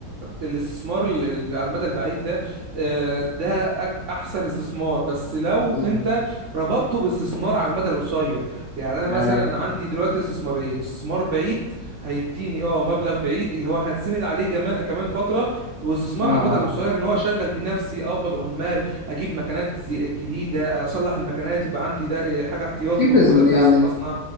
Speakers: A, on the right; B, on the left.
A: الاستثمار اللي على المدى البعيد ده آه، ده أج- أحسن استثمار بس لو
B: مم.
A: أنت ربطته باستثمار على المدى القصير يعني أنا مثلا
B: هاي
A: أنا عندي دلوقتي استثمارين استثمار بعيد هيديني أه مبلغ بعيد اللي هو هتسند عليه جما- كمان فترة واستثمار
B: اه
A: على المدى القصير إن هو أشغل بيه نفسي أقبض عمال اجيب مكنات زي- جديده اصلح المكنات يبقى عندي ده إيه، حاجه احتياطي
B: في بيزنس
A: موجوده في
B: يعني
A: نفس المصنع